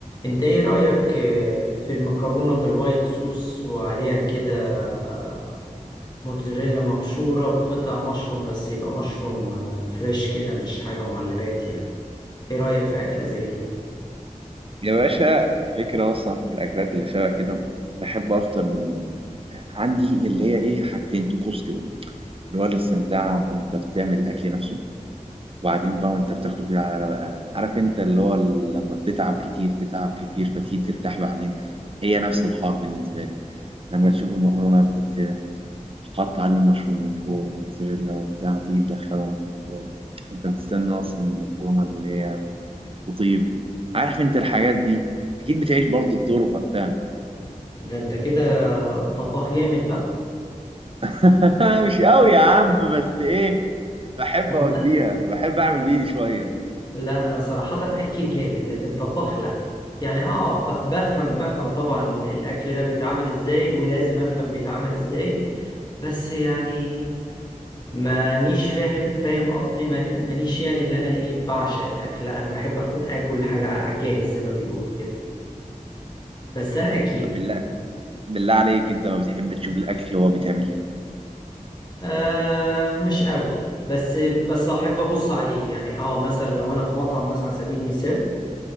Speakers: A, on the left; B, on the right.
A: انت ايه رأيك آه، في المكرونة بالوايت صوص وعليها كده آه، موتزاريلا مبشورة وقطع مشروم بس يبقى مشروم آه، فريش كده مش حاجة معلبات يعني ايه رأيك في أكلة زي دي
B: يا باشا الفكرة أصلا في الأكلات اللي شبه كده بحب أفطر من عندي اللي هي إيه حاجتين طقوس كده اللي هو الاستمتاع وأنت بتعمل الأكل نفسه وبعدين بقى وأنت بتاخده كده على رواقة عارف أنت اللي هو لما بتتعب كتير تتعب كتير فتيجي ترتاح بعدين هي نفس الحوار بالنسبة لي لما تشوف المكرونة بتتسلق تحط عليه المشروم من فوق موتزاريلا وبتاع وتيجي تدخلهم في الفرن وأنت بتستنى أصلا المكرونة اللي هي وطيب عارف انت الحاجات دي اكيد بتعيش برضو الدور وقتها
A: ده انت كده طباخ جامد بقى
B: <laughs> مش قوي يا عم بس ايه بحب
A: وانا
B: اوديها بحب اعمل بايدي شويه
A: لا انا صراحة أكيل جامد لكن طباخ لا يعني اه ب- بفهم بفهم طبعا الأكل ده بيتعمل ازاي ولازم افهم بيتعمل ازاي بس يعني مانيش فاهم فاهم قصدي ماني- مانيش يعني اللي انا ايه بعشق الاكل لا انا بحب اخد اكل حاجه على الجاهز زي ما بيقولوا كده بس انا اكيد
B: طب بالله بالله عليك انت ما بتحب تشوف الاكل وهو بيتعمل
A: آه مش قوي بس بس احب ابص عليه يعني اه مثلا لو انا في مطعم مثلا على سبيل المثال